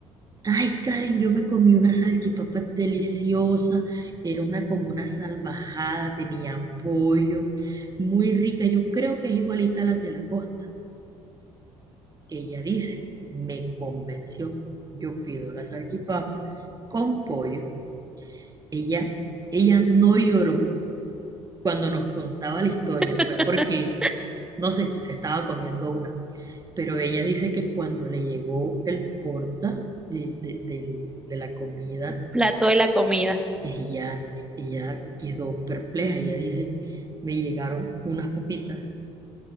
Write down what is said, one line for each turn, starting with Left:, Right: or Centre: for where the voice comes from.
Right: Ay, Karen, yo me comí una salchipapa deliciosa. Era una como una salvajada, tenía pollo, muy rica. Yo creo que es igualita a las de la costa. Ella dice, me convenció. Yo pido la salchipapa con pollo. Ella, ella no lloró cuando nos contaba la historia.
Centre: <laughs>
Right: Fue porque, no sé, se estaba comiendo una. Pero ella dice que cuando le llegó el porta de, de del- de la comida
Centre: El plato de la comida.
Right: Ella, ella quedó perpleja. Ella dice, me llegaron unas papitas,